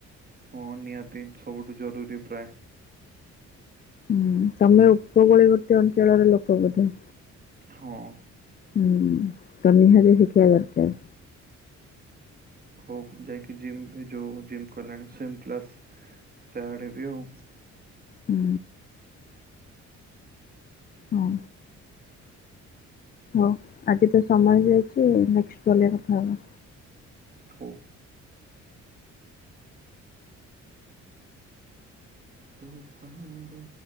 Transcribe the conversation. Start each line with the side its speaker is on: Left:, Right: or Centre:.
Right: ହଁ ନିହାତି ସବୁଠୁ ଜରୁରୀ ପ୍ରାୟ
Left: ହୁଁ ତମେ ଉପକୂଳବର୍ତ୍ତୀ ଅଞ୍ଚଳର ଲୋକ ବୋଧେ?
Right: ହଁ
Left: ହୁଁ ତ ନିହାତି ଶିଖିବା ଦରକାର।
Right: ହୁ ଯାଇକି ଯିମ୍ ଏ ଯୋଉ ଜି କଲାଣି୍ ସେମ୍ କ୍ଲାସ୍ ଟାଏଡ଼େ ହେବି ଆଉ।
Left: ହୁଁ ହଁ ହଉ ଆଜି ତ ସମୟ ହେଇଯାଇଛି, ନେକ୍ସଟ୍ କଲରେ କଥା ହବା।
Right: ହଉ। ତୋ ପାଇଁ ରେ